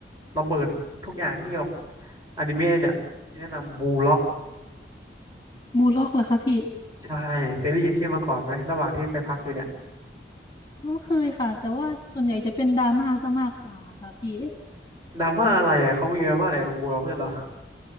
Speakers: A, on the right (about 20°); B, on the left (about 20°).
A: ระเบิดทุกอย่างที่แบบอนิเมะเนี่ยที่แนะนำบูล็อก
B: บูลล็อกเหรอคะพี่
A: ใช่เคยได้ยินชื่อมาก่อนไหมระหว่างที่ไปพักอยู่เนี่ย
B: ไม่เคยค่ะแต่ว่าส่วนใหญ่จะเป็นดราม่าซะมากกว่าค่ะพี่
A: นามว่าอะไรอ่ะเขามีนามว่าอะไรบูล็อกด้วยเหรอ